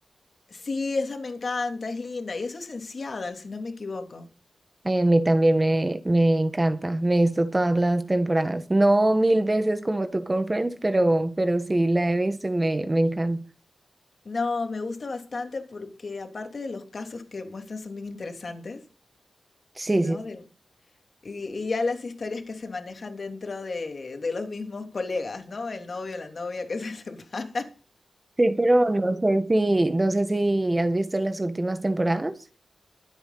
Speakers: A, on the left; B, on the right.
A: Sí, esa me encanta, es linda. Y eso es en Seattle, si no me equivoco.
B: Ay, a mí también me, me encanta. Me he visto todas las temporadas. No mil veces como tú con Friends, pero, pero sí la he visto y me, me encanta.
A: No, me gusta bastante porque aparte de los casos que muestran son bien interesantes,
B: Sí,
A: ¿no?
B: sí.
A: Del- Y, y ya las historias que se manejan dentro de, de los mismos colegas, ¿no? El novio, la novia que se <laughs> separa.
B: Sí, pero no sé si, no sé si has visto las últimas temporadas.